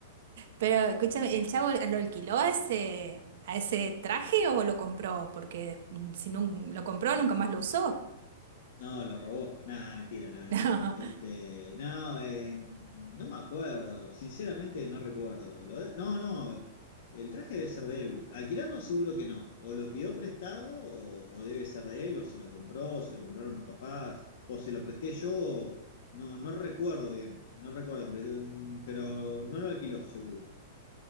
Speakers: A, on the right; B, on the left.
A: Pero escúchame, ¿el chavo lo alquiló a ese, a ese traje o lo compró? Porque mm, si no lo compró, nunca más lo usó. <laughs>
B: No, lo robó. Nada, mentira, nada,
A: No,
B: no. Este, no, eh, no me acuerdo. Sinceramente no recuerdo. Lo de- no, no. El traje debe ser de él. Alquilarlo seguro que no. O lo pidió prestado o, o debe ser de él, o se lo compró, o se lo compraron mis papás, o se lo presté yo. o- no, no recuerdo bien. No recuerdo, bien, pero pero no lo alquiló seguro.